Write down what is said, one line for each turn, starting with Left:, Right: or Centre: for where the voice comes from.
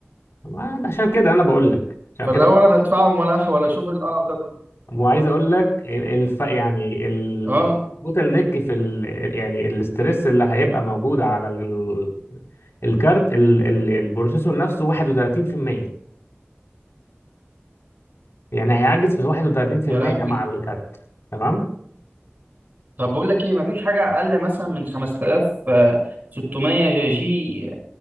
Left: ما- عشان كده انا بقول لك عشان
Right: فلا
Left: كده
Right: ولا انا ادفعهم ولا <laughs> ولا اشوف القرف ده كله
Left: وعايز اقول لك ال- الف يعني ال-
Right: اه
Left: البوتل نيك في ال... ال- يعني الاسترس اللي هيبقى موجود على ال... الكارت ال... ال... البروسيسور نفسه 31% يعني هيعجز في 31%
Right: يا لهوي
Left: مع الكارت تمام
Right: طب بقول لك ايه مفيش حاجه اقل مثلا من 5600 جي